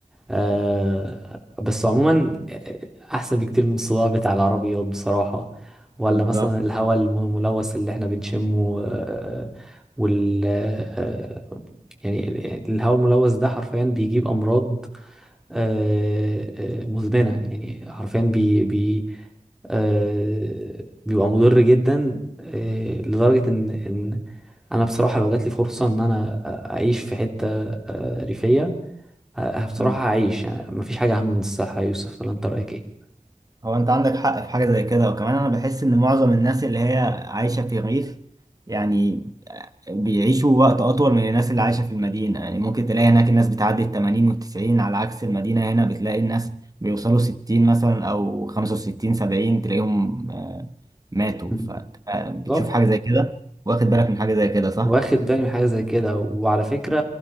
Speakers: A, in the centre; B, on the right.
A: آه بس عموما آه، احسن بكتير من الصداع بتاع العربيات بصراحة ولا
B: بالظبط
A: مثلا الهواء الملوث اللي احنا بنشمه آه، وال آه، يعني ال- الهواء الملوث ده حرفيا بيجيب امراض آه، آه، مزمنة يعني حرفيا بي بي آه، بيبقى مضر جدا آه، لدرجة إن إن أنا بصراحة لو جاتلي فرصة إن أنا أعيش في حتة آه، ريفية ه- بصراحة
B: مم.
A: هعيش يعني مفيش حاجة أهم من الصحة يا يوسف ولا أنت رأيك إيه؟
B: هو أنت عندك حق في حاجة زي كده وكمان أنا بحس إن معظم الناس اللي هي عايشة في الريف يعني بيعيشوا وقت أطول من الناس اللي عايشة في المدينة يعني ممكن تلاقي هناك الناس بتعدي التمانين والتسعين على عكس المدينة هنا بتلاقي الناس بيوصلوا ستين مثلا أو خمسة وستين سبعين تلاقيهم آه، ماتوا
A: مم.
B: فبتشوف
A: بالظبط
B: حاجة زي كده واخد بالك من حاجة زي كده صح؟
A: واخد بالي من حاجة زي كده وعلى فكرة